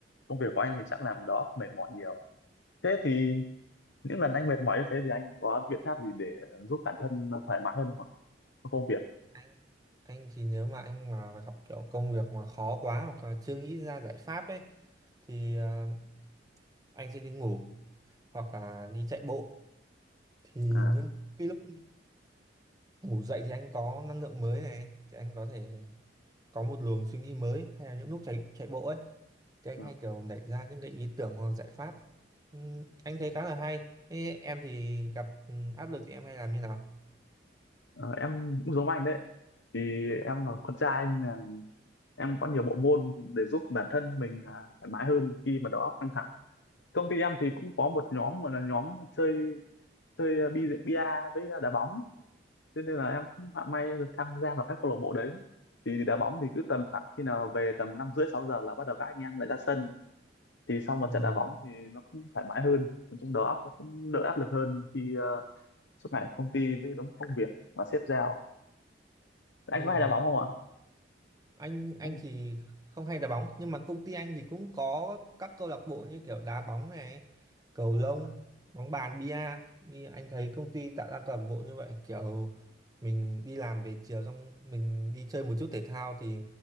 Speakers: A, on the left; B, on the right.
A: công việc của anh thì chắc làm đó mệt mỏi nhiều thế thì những lần anh mệt mỏi như thế thì anh có biện pháp gì để giúp bản thân thoải mái hơn không ạ trong công việc
B: anh anh thì nếu mà anh mà gặp kiểu công việc mà khó quá hoặc là chưa nghĩ ra giải pháp ấy thì ờ, anh sẽ đi ngủ hoặc là đi chạy bộ thì
A: à
B: những cái lúc ngủ dậy thì anh có năng lượng mới này thì anh có thể có một luồng suy nghĩ mới hay là những lúc chạy chạy bộ ấy thì anh
A: Ờ,
B: hay kiểu nảy ra những cái ý tưởng hoặc giải pháp Ừm, anh thấy khá là hay Thế em thì gặp ừm, áp lực thì em hay làm như nào
A: ờ, em cũng giống anh đấy thì em là con trai nên là em có nhiều bộ môn để giúp bản thân mình à, thoải mái hơn khi mà đầu óc căng thẳng công ty em thì cũng có một nhóm gọi là nhóm chơi chơi bi bia với đá bóng thế nên là em cũng họa may được tham gia vào các câu lạc bộ đấy thì đá bóng thì cứ tầm khoảng khi nào về tầm năm rưỡi sáu giờ là bắt đầu các anh em lại ra sân thì sau một
B: Ừm,
A: trận đá bóng thì nó cũng thoải mái hơn nói chung đầu óc nó cũng đỡ áp lực hơn khi ờ, suốt ngày ở công ty với đống công việc và sếp giao
B: ừm.
A: anh có hay đá bóng không ạ
B: anh anh
A: Không.
B: thì không hay đá bóng nhưng mà công ty anh thì cũng có các câu lạc bộ như kiểu đá bóng này cầu lông
A: À,
B: bóng bàn bia như anh thấy công ty tạo ra câu lạc bộ như vậy kiểu mình đi làm về chiều xong mình đi chơi một chút thể thao thì